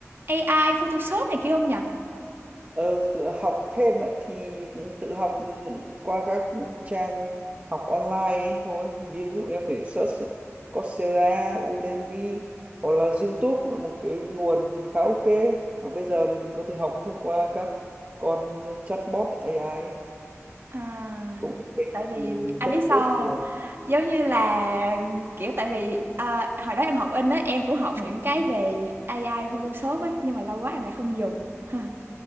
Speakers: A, on the right; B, on the right.
A: AI, Photoshop này kia không nhỉ?
B: Ờ, khử- học thêm ạ, thì tự học qua các trang học online ấy thôi. Ví dụ em có thể search Coursera, Udemy hoặc là YouTube cũng là một cái nguồn khá ok. Hoặc bây giờ mình có thể học thông qua các con chatbot AI ấy.
A: À,
B: cũng là kênh
A: tại
B: học
A: vì anh
B: rất
A: biết sao
B: tốt bây giờ.
A: Giống như là, kiểu, tại vì, ờ, hồi đó em học in á, em cũng học những cái về AI Photoshop ấy, nhưng mà lâu quá em lại không dùng. <laughs>